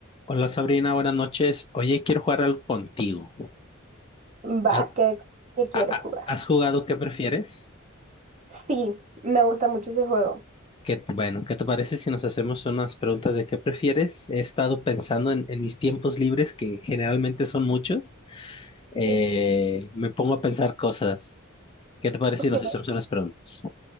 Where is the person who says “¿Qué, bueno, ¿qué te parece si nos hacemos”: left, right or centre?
Left